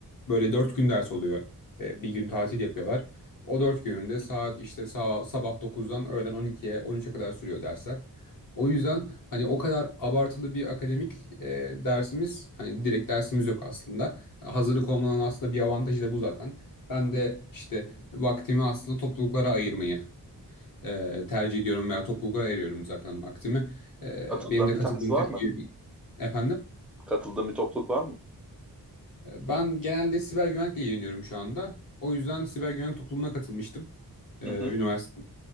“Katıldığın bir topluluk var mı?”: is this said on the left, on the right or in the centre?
Centre